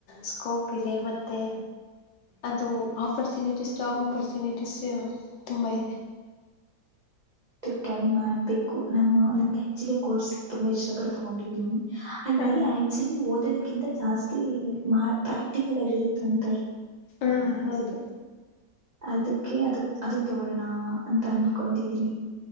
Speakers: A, on the left (about 80°); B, on the right (about 80°).
A: ಸ್ಕೋಪ್ ಇದೆ ಮತ್ತು ಅದು ಆಪರ್ಚುನಿಟೀಸ್ ಜಾಬ್ ಆಪರ್ಚುನಿಟೀಸ್ ತುಂಬ ಇದೆ
B: ಟ್ರೈ ಮಾಡ್ಬೇಕು ನಾನು ನನ್ಗೆ ಆಕ್ ಕೋರ್ಸ್ ತುಂಬಾ ಇಷ್ಟಪಟ್ಟ ತಗೊಂಡಿದೀನಿ ಅಲ್ಲಿ
A: ಹಾ
B: ಆಕ್ಚುಲಿ ಓದೋದ ಕಿಂತ ಜಾಸ್ತಿ ಪ್ರಾಕ್ಟಿಕಲ್ ಆಗಿರುತ್ತಂತೆ
A: ಹಾ ಹೌದು
B: ಅದಕ್ಕೆ ಅದ ಅದನ್ ತಗೊಳ್ಳೋಣ ಅಂತ ಅನ್ಕೊಂಡಿದೀನಿ